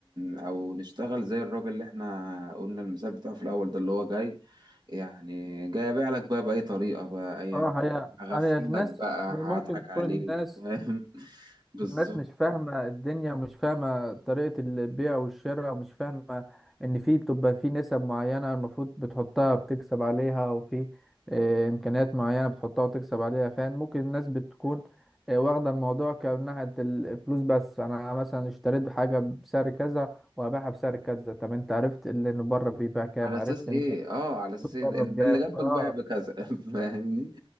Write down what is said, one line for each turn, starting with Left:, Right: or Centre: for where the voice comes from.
Right: او نشتغل زي الراجل اللي احنا قلنا المثال بتاعه في الاول ده اللي هو جاي يعني جاي ابيع لك بقى باي طريقة بقى ايا
Centre: اه
Right: كان
Centre: هي
Right: هغفلك
Centre: انا الناس
Right: بقى
Centre: هي
Right: هضحك
Centre: ممكن تكون
Right: عليك
Centre: الناس
Right: فاهم <laughs> بالظبط
Centre: الناس مش فاهمة الدنيا ومش فاهمة طريقة البيع والشراء ومش فاهمة ان في بتبقى في نسب معينة المفروض بتحطها بتكسب عليها وفي آه، امكانيات معينة بتحطها وتكسب عليها فاهم ممكن الناس بتكون آه، واخدة الموضوع كناحية الفلوس بس انا مثلا اشتريت حاجة بسعر كذا وهبيعها بسعر كذا طب انت عرفت اللي انه بره بيبيع كام
Right: على اساس
Centre: عرفت
Right: ايه
Centre: انت
Right: اه على اساس ايه
Centre: بره
Right: ده ده
Centre: بجد
Right: اللي جنبك
Centre: اه
Right: باع بكذا <laughs> فاهمني